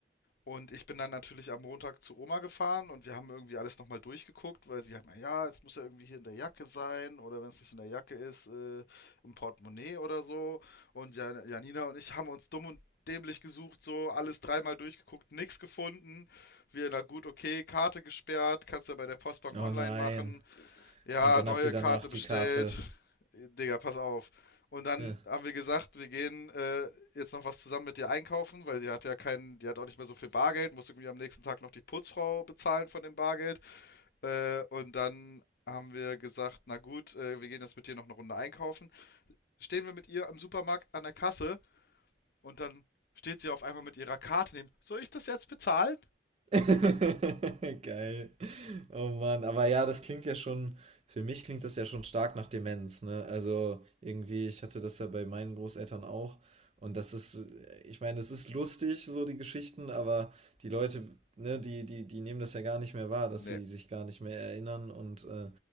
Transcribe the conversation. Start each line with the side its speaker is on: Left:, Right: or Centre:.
Left: Und ich bin dann natürlich am Montag zu Oma gefahren und wir haben irgendwie alles nochmal durchgeguckt, weil sie halt mal, ja, es muss ja irgendwie hier in der Jacke sein oder wenn es nicht in der Jacke ist, äh, im Portemonnaie oder so. Und Jan Janina und ich haben uns dumm und dämlich gesucht, so alles dreimal durchgeguckt, nichts gefunden. Wir, na gut, okay, Karte gesperrt, kannst du ja bei der Postbank
Right: Oh
Left: online
Right: nein.
Left: machen ja,
Right: Und dann
Left: neue
Right: habt ihr danach
Left: Karte
Right: die
Left: bestellt.
Right: Karte.
Left: Digga, pass auf. Und dann
Right: Äh.
Left: haben wir gesagt, wir gehen äh, jetzt noch was zusammen mit dir einkaufen, weil die hat ja keinen, die hat auch nicht mehr so viel Bargeld, muss irgendwie am nächsten Tag noch die Putzfrau bezahlen von dem Bargeld. Äh, und dann haben wir gesagt, na gut, äh, wir gehen jetzt mit dir noch eine Runde einkaufen. Stehen wir mit ihr am Supermarkt an der Kasse und dann steht sie auf einmal mit ihrer Karte neben. Soll ich das jetzt bezahlen?
Right: <laughs> Geil. Oh Mann, aber ja, das klingt ja schon, für mich klingt das ja schon stark nach Demenz, ne? Also irgendwie, ich hatte das ja bei meinen Großeltern auch. Und das ist, äh, ich meine, es ist lustig, so die Geschichten, aber die Leute, ne, die, die, die nehmen das ja gar nicht mehr wahr, dass
Left: Nee.
Right: sie sich gar nicht mehr erinnern. Und äh,